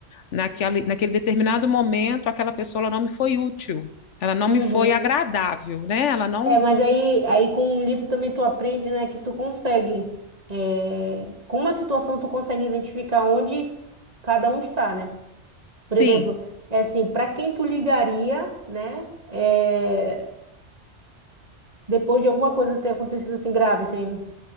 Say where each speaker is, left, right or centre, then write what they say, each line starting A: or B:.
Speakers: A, on the left; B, on the right.
A: naquele, naquele determinado momento aquela pessoa ela não me foi útil, ela não
B: Uhum.
A: me foi agradável, né? Ela não
B: É, mas aí, aí com o livro também tu aprende, né, que tu consegue, é, com uma situação tu consegue identificar onde cada um está, né?
A: Sim,
B: Por exemplo, é assim, para quem tu ligaria, né, é, depois de alguma coisa ter acontecido assim grave, assim,